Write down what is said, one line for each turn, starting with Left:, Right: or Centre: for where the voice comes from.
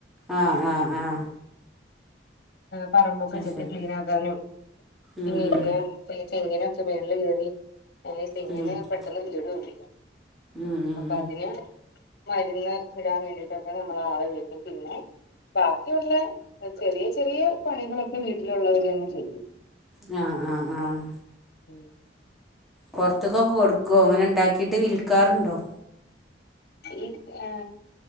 Centre: ആ ആ ആഹ്
Left: പറമ്പൊക്കെ ചെത്തി
Centre: ശരി
Left: ക്ലീനാക്കാനും പിന്നെ
Centre: ഉം ഉം
Left: ഇതിനെ തെങ്ങിനൊക്കെ മേൾ കേറി അതീ തെങ്ങിന്
Centre: ഉം
Left: പെട്ടെന്ന് വീട് വെപ്പിക്കും
Centre: ഉം ഉം
Left: അപ്പതിന്
Centre: ഉം
Left: മരുന്ന് ഇടാൻ വേണ്ടിട്ടൊക്കെ നമ്മള് ആളെ വിളിക്കും പിന്നെ ബാക്കിയൊള്ള ചെറിയ ചെറിയ പണികളൊക്കെ വീട്ടിലൊള്ളോരന്നെ ചെയ്യും
Centre: ഞ്ഞ ആഹ് ആഹ്
Left: ഉം
Centre: പൊർത്ത്ക്ക്ക്ക കൊടുക്കുവോ അങ്ങനൊണ്ടാക്കിട്ട് വിൽക്കാറുണ്ടോ
Left: ഈ ആ